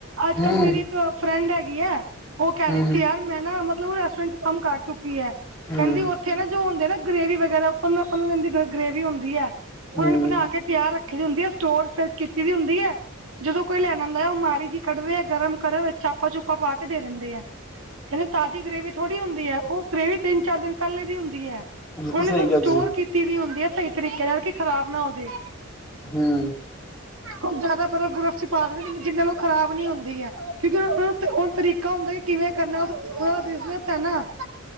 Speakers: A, on the right; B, in the centre.
A: ਅੱਜ-ਕੱਲ
B: ਹੂੰ
A: ਮੇਰੀ ਇੱਕ ਫਰੈਂਡ ਹੈਗੀ ਐ, ਉਹ ਕਹਿ
B: ਹੂੰ
A: ਰਹੀ ਸੀ ਆ ਮੈਂ ਨਾ ਮਤਲਬ ਉਹ ਰੈਸਟੋਰੈਂਟ ਚ ਕੰਮ ਕਰ ਚੁੱਕੀ ਹੈ
B: ਹੂੰ
A: ਕਹਿੰਦੀ ਉੱਥੇ ਨਾ ਜੋ ਹੁੰਦੇ ਨਾ ਗਰੇਵੀ ਵਗੈਰਾ ਆਪਾਂ ਨੂੰ ਆਪਾਂ ਨੂੰ ਕਹਿੰਦੇ ਗਰੇਵੀ ਹੁੰਦੀ ਹੈ
B: ਹੂੰ
A: ਉਹ ਇਹਨੂੰ ਬਣਾ ਕੇ। ਤਿਆਰ ਰੱਖੀ ਦੀ ਹੁੰਦੀ ਹੈ। ਸਟੋਰ ਫੇਰ ਕੀਤੀ ਦੀ ਹੁੰਦੀ ਹੈ। ਜਦੋਂ ਕੋਈ ਲੈਣ ਆਂਦਾ ਆ, ਔ ਮਾੜੀ ਜੀ ਕੱਢ ਰਿਆ ਗਰਮ ਕਰਨ ਚ ਚਾਪਾ ਚੁੱਪਾ ਪਾ ਕੇ ਦੇ ਦਿੰਦੇ ਐ। ਕਹਿੰਦੇ ਤਾਜ਼ੀ ਗ੍ਰੇਵੀ ਥੋੜ੍ਹੀ ਹੁੰਦੀ ਹੈ। ਉਹ ਗ੍ਰੇਵੀ ਤਿੰਨ- ਚਾਰ ਦਿਨ ਪਹਿਲੇ ਦੀ ਹੁੰਦੀ ਹੈ।
B: ਬਿਲਕੁਲ
A: ਓਹਨਾ
B: ਸਹੀ
A: ਨੇ ਬਸ
B: ਕਿਹਾ
A: ਸਟੋਰ
B: ਤੁਸੀਂ
A: ਕੀਤੀ ਦੀ ਹੁੰਦੀ ਆ ਸਹੀ ਤਰੀਕੇ ਨਾਲ ਕਿ ਖ਼ਰਾਬ ਨਾ ਹੋ ਜੇ
B: ਹੂੰ।
A: ਉਹ ਜ਼ਿਆਦਾ ਬਰਫ਼ ਬਰਫ਼ 'ਚ ਪਾ ਦਿੰਦੇ ਜਿੰਨਾ ਨਾਲ ਖਰਾਬ ਨੀ ਹੁੰਦੀ ਹੈ ਕਿਉਂਕਿ ਉਹਨੂੰ ਤਰੀਕਾ ਹੁੰਦਾ। ਕਿਵੇਂ ਕਰਨਾ, ਉਹ ਦਾ ਬਿਜਨਸ ਹੈ ਨਾ,